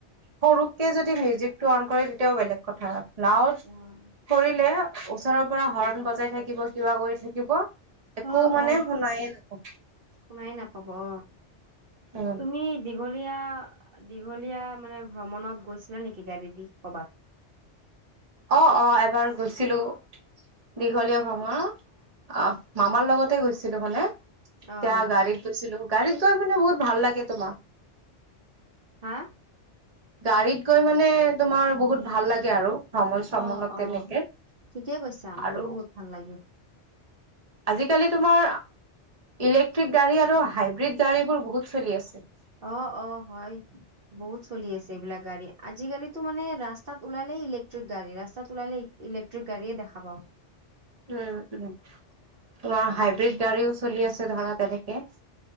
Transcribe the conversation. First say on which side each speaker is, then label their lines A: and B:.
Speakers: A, on the right; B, on the right.
A: সৰুকে যদি মিউজিক টো অন কৰে তেতিয়াও বেলেগ কথা। লাউড
B: অ'।
A: কৰিলে, ওচৰৰ পৰা হৰ্ণ বজাই থাকিব, কিবা কৰি থাকিব। একো
B: অ',
A: মানে
B: অ',
A: শুনায়ে নাপাওঁ
B: শুনাই নাপাব অ,
A: উম
B: তুমি দীঘলীয়া দীঘলীয়া মানে ভ্ৰমণত গৈছিলা নেকি গাড়ী দিশ ক'ৰবাত
A: অ অ এবাৰ গৈছিলোঁ। দীঘলীয়া ভ্ৰমণ মামাৰ লগতে গৈছিলোঁ মানে এতিয়া
B: অ',
A: গাড়ীত গৈছিলো গাড়ীত গৈ মানে বহুত ভাল লাগে তোমাৰ।
B: হা?
A: গাড়ীত গৈ মানে তোমাৰ বহুত ভাল লাগে আৰু। ভ্ৰমণ, সমনত
B: অ', অ'।
A: তেনেকে
B: ঠিকে কৈছা মোৰো
A: আৰু
B: বহুত ভাল লাগে
A: আজিকালি তোমাৰ ইলেক্ট্ৰিক গাড়ী আৰু হাইব্ৰীড গাড়ীবোৰ বহুত চলি আছে।
B: অ', অ', হয়। বহুত চলি আছে, এইবিলাক গাড়ী, আজি কালিতো মানে ৰাস্তাত ওলালে ইলেক্টিক গাড়ী ৰাস্তাত ওলালে। ইলেক্ট্ৰিক গাড়ীয়ে দেখা পাও।
A: উ, উ, তোমাৰ হাইব্ৰীড গাড়ীও চলি আছে, ধৰা তেনেকে।